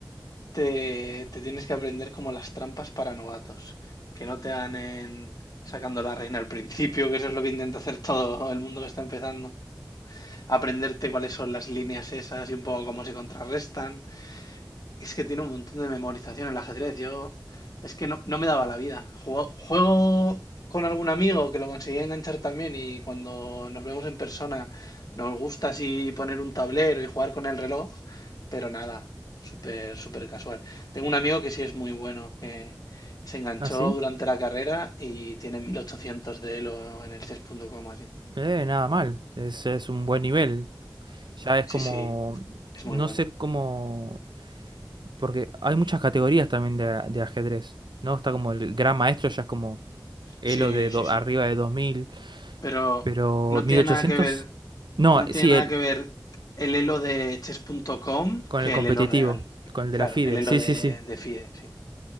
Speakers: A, on the left; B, on the right.
A: te, te tienes que aprender como las trampas para novatos, que no te dan en sacando la reina al principio, que eso es lo que intenta hacer todo el mundo que está empezando. Aprenderte cuáles son las líneas esas y un poco cómo se contrarrestan. Es que tiene un montón de memorización el ajedrez. Yo es que no, no me daba la vida. Juego, juego con algún amigo que lo conseguía enganchar también y cuando nos vemos en persona nos gusta así poner un tablero y jugar con el reloj, pero nada, súper, súper casual. Tengo un amigo que sí es muy bueno, que se enganchó
B: ¿Ah, sí?
A: durante la carrera y tiene 1800 de Elo en el chess. punto Com así.
B: Eh, nada mal. Es, es un buen nivel. Ya es
A: Sí,
B: como...
A: sí, es
B: No
A: muy bueno.
B: sé cómo... Porque hay muchas categorías también de, a- de ajedrez, ¿no? Está como el gran maestro, ya es como Elo
A: Sí,
B: de do-
A: sí, sí.
B: arriba de 2000
A: Pero
B: pero
A: no
B: mil
A: tiene
B: ochocientos
A: nada que ver
B: No,
A: No tiene
B: sí,
A: nada
B: el,
A: que ver el elo de chess.com
B: Con
A: que
B: el competitivo,
A: el elo real.
B: con el de
A: Claro,
B: la FIDE.
A: el elo
B: Sí,
A: de,
B: sí, sí.
A: de FIDE, sí.